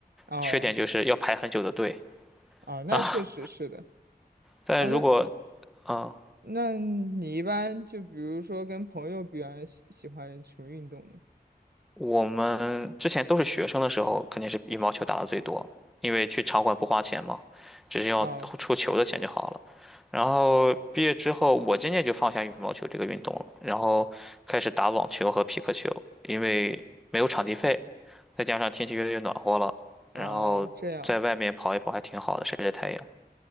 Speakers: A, on the right; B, in the centre.
A: 哦
B: 缺点就是要排很久的队
A: 哦，那确实是的
B: 啊。但如果
A: 啊。那
B: 嗯，
A: 那你一般就比如说跟朋友比完喜喜欢什么运动呢？
B: 我们之前都是学生的时候，肯定是羽毛球打的最多，因为去场馆不花钱嘛，只是要出球的钱就好了。
A: 哦
B: 然后毕业之后，我渐渐就放下羽毛球这个运动了，然后开始打网球和匹克球，因为没有场地费，再加上天气越来越暖和了，
A: 哦，
B: 然后在外面跑一跑还挺好的，
A: 这样
B: 晒晒太阳。